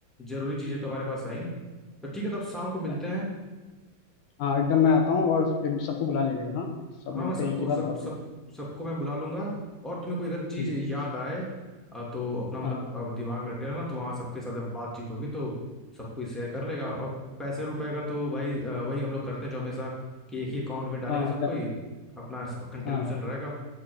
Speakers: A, in the centre; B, on the left.
A: जरूरी चीज़ें तो हमारे पास आई तो ठीक है तो अब शाम को मिलते
B: right.
A: हैं
B: हाँ एकदम मैं आता हूँ और एक- सबको बुला लीजिएगा हाँ सब
A: हाँ
B: मिलते
A: मैं सबको
B: हैं एक ही बार
A: सब
B: बहुत
A: सब
B: दिन
A: सबको मैं बुला लूंगा और तुम्हें कोई अगर चीज
B: हम्म
A: याद आए अ, तो अपना मतलब
B: हाँ हाँ
A: अ, दिमाग में रखेगा ना तो वहाँ सबके साथ जब बातचीत होगी तो सब कोई शेयर कर लेगा और पैसे रुपए का तो भाई अ, वही हम लोग करते हैं जो हमेशा कि एक ही अकाउंट में डालेंगे
B: हाँ
A: सब
B: एकदम
A: कोई अपना कंट्रीब्यूशन
B: हाँ हाँ
A: रहेगा